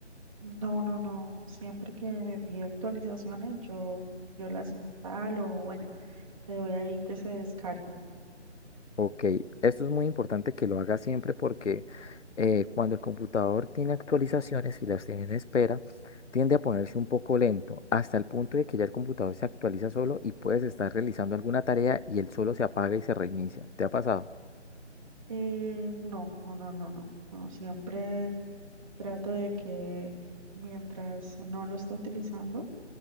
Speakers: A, on the right; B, on the left.
A: No, no, no. Siempre que me pide actualizaciones, yo, yo las instalo. Bueno, le doy ahí que se descarguen.
B: Ok, esto es muy importante que lo haga siempre porque eh, cuando el computador tiene actualizaciones y las tiene en espera, tiende a ponerse un poco lento, hasta el punto de que ya el computador se actualiza solo y puedes estar realizando alguna tarea y él solo se apaga y se reinicia. ¿Te ha pasado?
A: Eh, no, no, no, no, no. No, siempre trato de que mientras no lo esté utilizando,